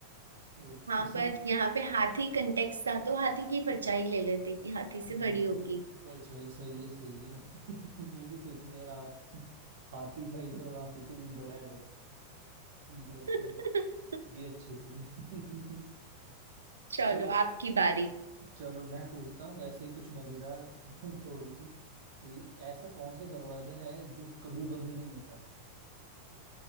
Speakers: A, on the right; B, on the right.
A: तो
B: हाँ
A: किसी
B: पर यहाँ पे हाथी कंटेक्स्ट था तो हाथी की परछाई ले लेते कि हाथी से
A: हम्म,
B: बड़ी होगी
A: परछाई सही है सही है <laughs> मैं भी सोच रही यार हाथ हाथी का ही है और हाथी से भी बड़ा है इंटरेस्टिंग
B: <laughs>
A: ये अच्छी थी <laughs>
B: चलो
A: चलो
B: आपकी बारी
A: चलो मैं पूछता हूँ ऐसे ही कुछ मजेदार <laughs> थोड़ी सी कि ऐसा कौन सा दरवाजा है जो कभी बंद नहीं होता